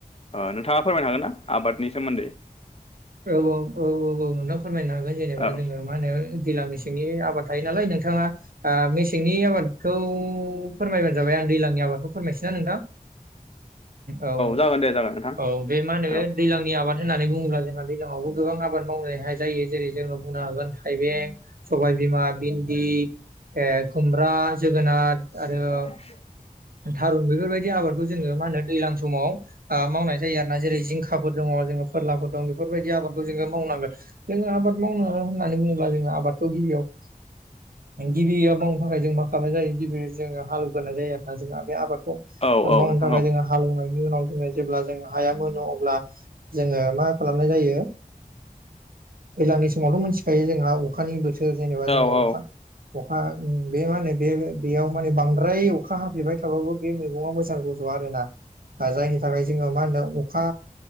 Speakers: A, on the left; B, on the right.
A: अ नोंथाङा फोरमायनो हागोन ना आबादनि सोमोन्दै।
B: औ औ औ औ औ नोंथां फोरमायनो हागोन जेनेबा
A: औ
B: जोङो मा होनो दैलां मेसेंनि आबाद थायो नालाय नोंथाङा मेसेंनि आबादखौ फोरमायबानो जाबाय आं दैजांनि आबादखौ फोरमायसै ना नोंथां औ
A: जागोन दे जागोन नोंथां
B: औ बे मा होनो
A: औ
B: दैज्लांनि आबाद होन्नानै बुङोब्ला जोंहा दैलां आवबो गोबां आबाद मावनायहाय जायो जेरै जोङो बुंनो हागोन थाइबें सबायबिमा भिन्दि ओ खुमब्रा जोगोनार
A: <unintelligible>
B: आरो थारुन बेफोरबायदि आबादखौ जोङो मा होनो दैज्लां समाव ओ मावनाय जायो आरो ना। जेरै जिंखाफोर दङ जोङो फोरलाफोर दं बेफोरबायदि आबादखौ जोङो मावनांगोन। जोङो आबाद मावनो होननानै बुङोब्ला जोङो आबादखौ गिबियाव गिबियाव माव थाखाय जों मा खालामनाय जायो गिबि जो हालवग्रनाय जायो आरोोना जोंहा बे आबादखौ।
A: औ औ
B: मावनो
A: नोंथां
B: थाखाय
A: औ
B: जोंङो हालौवनाय उनाव जोङो जेब्ला जों हाया मोनो अब्ला जोङो मा खालामनाय जायो? दैज्लांनि समावथ' मोनथिखायो जोंहा अखानि बोथोर। सोर जेनेबा
A: औ
B: जोङो
A: औ
B: अखा अखा बे मा होनो बे बेयाव माने बांद्राय अखा हाफेरबाय थाबाबो बे मैगङा मोजां रज' आरोना जायनि थाखाय जोङो मा होनदों अखा